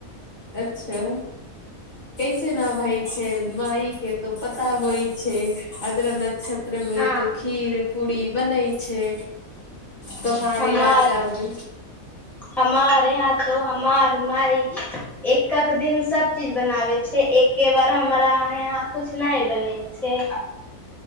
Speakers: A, on the left; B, in the centre.
A: अच्छा कैसे न भैय छै माइ के त पता होइ छै अद्रा नक्षत्र मे
B: हँ
A: तो खीर पूरी बनै छै तोहार
B: हमार
A: इलाका मे
B: हमार यहाँ तो हमार माइ एकक दिन सब चीज बनाबै छै एक्के बार हमरा यहाँ कुछ नहि बनै छै